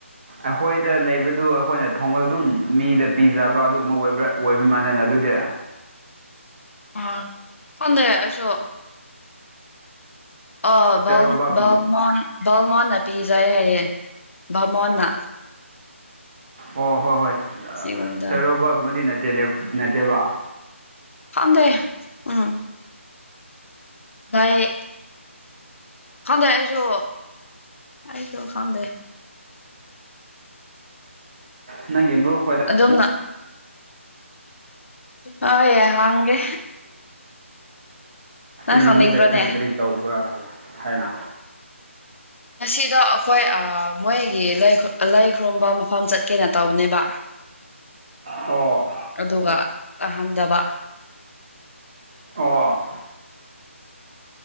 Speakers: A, on the right; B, on the left.
A: ꯑꯩꯈꯣꯏꯗ ꯂꯩꯕꯗꯨ ꯑꯩꯈꯣꯏꯅ ꯊꯣꯡꯕꯗ ꯑꯗꯨꯝ ꯃꯤꯗ ꯄꯤꯖꯕ ꯑꯗꯨꯒꯨꯝꯕ ꯑꯣꯏꯕ꯭ꯔꯥ ꯑꯣꯏꯕ ꯃꯜꯂꯦꯅ ꯑꯗꯨꯗꯤ
B: ꯑꯣ ꯐꯣꯟꯗꯦ ꯑꯩꯁꯨ ꯑꯥ ꯕꯝ
A: ꯆꯩꯔꯥꯎꯕꯒꯨꯝꯕ
B: ꯕꯝꯃꯣꯟ ꯕꯃꯣꯟꯅ ꯄꯤꯖꯩ ꯍꯥꯏꯌꯦ ꯕꯃꯣꯟꯅ
A: ꯑꯣ ꯍꯣꯏ ꯍꯣꯏ ꯑꯥ
B: ꯁꯤꯒꯨꯝꯕꯗ
A: ꯆꯩꯔꯕꯒꯨꯝꯕꯗꯤ ꯅꯠꯇꯦꯅꯦ ꯅꯠꯇꯦꯕ
B: ꯈꯪꯗꯦ ꯎꯝ ꯇꯥꯏꯌꯦ ꯈꯪꯗꯦ ꯑꯩꯁꯨ ꯑꯩꯁꯨ ꯈꯪꯗꯦ
A: ꯅꯪꯒꯤ ꯃꯨꯛ
B: ꯑꯗꯨꯝꯅ ꯇꯥꯏꯌꯦ ꯍꯪꯒꯦ ꯅꯪ
A: ꯁꯦ
B: ꯈꯪꯅꯤꯡꯕ꯭ꯔꯅꯦ
A: ꯅꯨꯃꯤꯠꯗ ꯀꯔꯤ ꯀꯔꯤ ꯇꯧꯕ꯭ꯔꯥ ꯍꯥꯏꯅ
B: ꯉꯁꯤꯗꯣ ꯑꯩꯈꯣꯏ ꯑꯥ ꯃꯣꯏꯒꯤ ꯂꯥꯏ ꯂꯥꯏ ꯈꯨꯔꯨꯝꯕ ꯃꯐꯝ ꯆꯠꯀꯦꯅ ꯇꯧꯕꯅꯦꯕ <inaudible>
A: ꯑꯣ
B: ꯑꯗꯨꯒ ꯆꯥꯍꯟꯗꯕ
A: ꯑꯣ